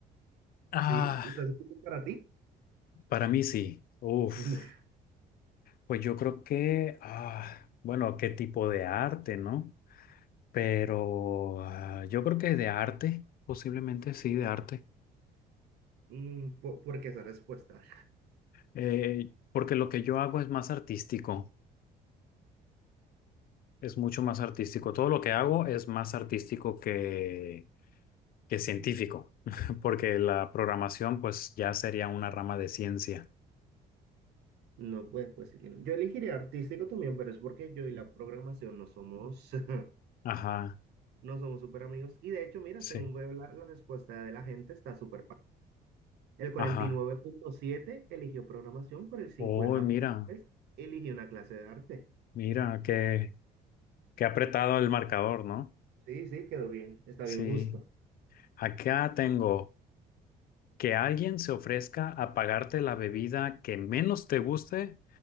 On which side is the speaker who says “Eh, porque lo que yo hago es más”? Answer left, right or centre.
Left